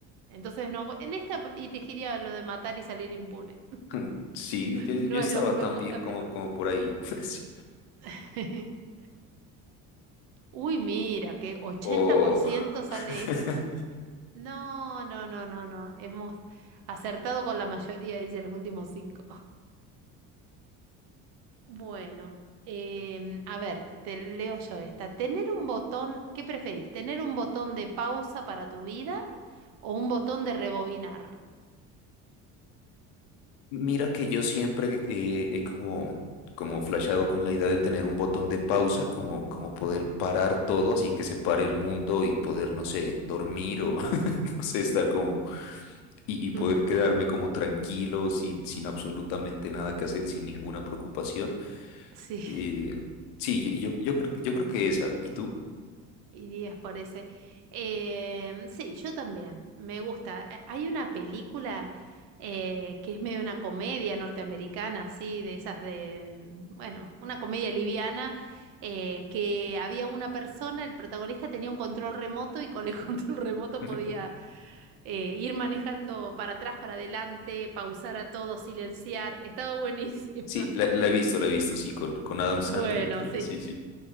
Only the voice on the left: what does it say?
<laughs> Sí, yo, yo
estaba
también
como,
como por ahí. <laughs> Sí.
O...
<laughs>
Mira que yo siempre eh, he como, como flasheado con la idea de tener un botón de pausa, como, como poder parar todo, así que se pare el mundo y poder, no sé, dormir o <laughs> no sé, estar como y, y poder
quedarme como tranquilo, sin, sin absolutamente nada que hacer, sin ninguna preocupación.
Eh, sí, yo, yo, yo creo, yo creo que esa. ¿Y tú?
<laughs>
Sí, la,
la he visto, la he visto, sí, con, con Adam Sandler,
creo
que sí, sí.